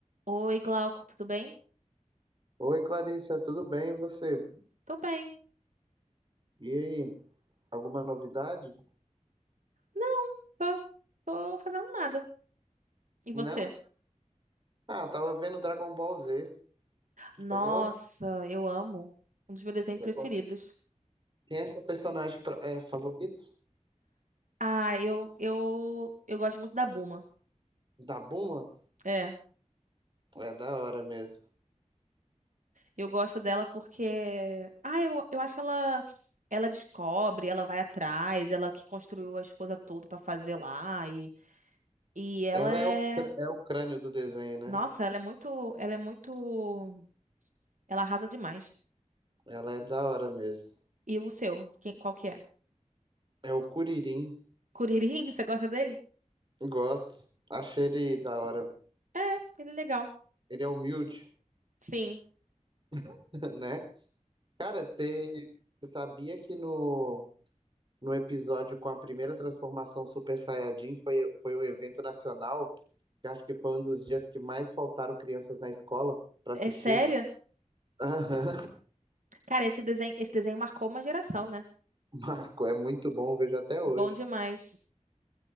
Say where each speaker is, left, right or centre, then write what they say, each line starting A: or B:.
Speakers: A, on the right (about 80°); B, on the right (about 40°).
A: Oi, Glauco, tudo bem?
B: Oi, Clarissa, tudo bem? E você?
A: Tô bem.
B: E aí, alguma novidade?
A: Não, tô, tô fazendo nada. E você?
B: Não? Ah, tava vendo Dragon Ball Z. Você
A: Nossa,
B: gosta?
A: eu amo. Um dos meus desenhos
B: Você
A: preferidos.
B: gosta? Quem é seu personagem pra- é, favorito?
A: Ah, eu, eu, eu gosto muito da Buma.
B: Da Bulma?
A: É,
B: É da hora mesmo.
A: eu gosto dela porque. Ah, eu, eu acho ela. Ela descobre, ela vai atrás, ela que construiu as coisas todas pra fazer lá. E, e ela
B: Ela
A: é.
B: é o, cr- é o crânio do desenho, né?
A: Nossa, ela é muito. Ela é muito. Ela arrasa demais.
B: Ela é da hora mesmo.
A: E o seu? Quem, qual que é?
B: É o Kuririn.
A: Curirim, <laughs> você gosta dele?
B: Gosto. Achei ele da hora.
A: É, ele é legal.
B: Ele é humilde,
A: Sim.
B: <laughs> né? Cara, você você sabia que no, no episódio com a primeira transformação Super Saiyajin, foi, foi um evento nacional, que eu acho que foi um dos dias que mais faltaram crianças na escola para
A: É
B: assistir.
A: sério?
B: Aham,
A: Cara, esse desenho, esse desenho marcou uma geração, né?
B: <laughs> Marco, é muito bom, eu vejo até hoje.
A: Bom demais.